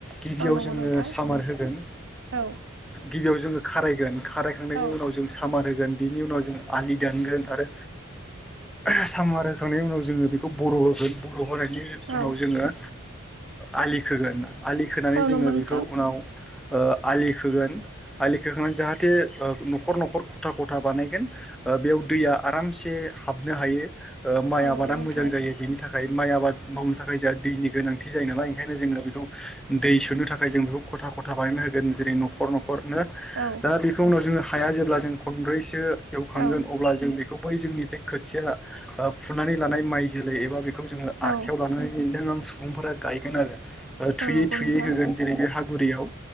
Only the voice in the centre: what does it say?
गिबियाव
जोङो
सामार होगोन।
गिबियाव जोङो खारायगोन खारायखांनायनि
उनाव जों सामार होगोन बेनि उनाव जों आलि दानगोन आरो सामार होखांनायनि उनाव जोङो बेखौ बर' होगोन बर' होनायनि
उनाव जोङो आलि खोगोन आलि खोनानै
जोङो
बेखौ उनाव आलि खोगोन आलि खोखांनानै जाहाथे न'खर न'खर खथा खथा बानायगोन। बेयाव दैया आरामसे हाबनो हायो माइ
आबादा
मोजां जायो बेनि थाखाय माइ आबाद मावनो थाखाय जोंहा दैनि गोनांथि जायो नालाय ओंखायनो जोंङो बेखौ दै सोनो थाखाय जों बेखौ खथा खथा बानाय होगोन जेरै नखर नखर हरनो
दा बेखौ उनाव जोङो हाया जेब्ला जों खनब्रैसो एवखांगोन
अब्ला जों बेखौ जोंनि बे खोथिया फुनानै लानाय माइ जोलै एबा जोङो
आखयाव नों आं सुबुंफोरा गायोन आरो होगोन।
जेरै गुरैयाव